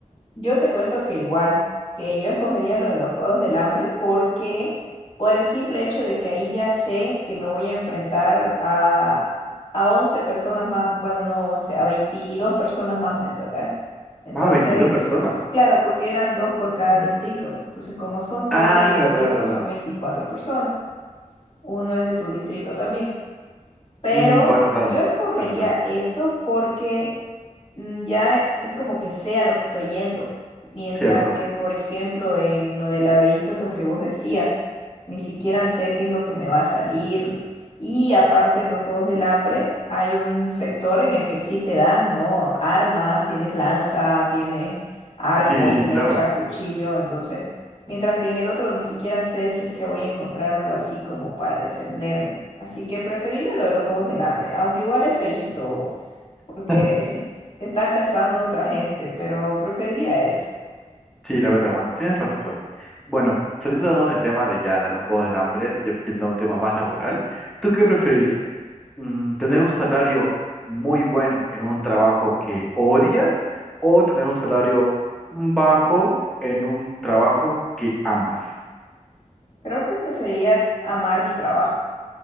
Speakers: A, on the left (about 45°); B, in the centre.
A: Yo te cuento que igual, que yo escogería lo de los Juegos del Hambre porque por el simple hecho de que ahí ya sé que me voy a enfrentar a, a 11 personas más, bueno, no 11 a 22 personas más, ¿me entendés? Entonces,
B: Más 22 personas.
A: claro, porque eran dos por cada distrito. Entonces, como son
B: Ah,
A: 12 distritos,
B: verdad, verdad.
A: son 24 personas. Uno es de tu distrito también. Pero
B: Mm, bueno,
A: yo
B: claro,
A: escogería
B: claro, claro.
A: eso porque mm, ya e- es como que sea lo que estoy yendo. Mientras
B: Cierto.
A: que, por ejemplo, en lo del laberinto es lo que vos decías. Ni siquiera sé qué es lo que me va a salir. Y aparte en los Juegos del Hambre hay un sector en el que sí te dan, ¿no? Armas, tienes lanza, tienes arco,
B: Sí,
A: flecha,
B: sí, claro.
A: cuchillo. Entonces mientras que en el otro ni siquiera sé si es que voy a encontrar algo así como para defenderme. Así que preferiría lo de los juegos del hambre, aunque igual es feíto, porque
B: <laughs>
A: <laughs> te está cazando otra gente, pero preferiría eso.
B: Sí, la verdad, bueno, tienes razón. Bueno, saliéndonos del tema de ya, de los juegos del hambre, yo pidiendo un tema más laboral, ¿tú qué preferirías? Mm, ¿Tener un salario muy bueno en un trabajo que odias o tener un salario bajo en un trabajo que amas?
A: Creo que preferiría amar mi trabajo.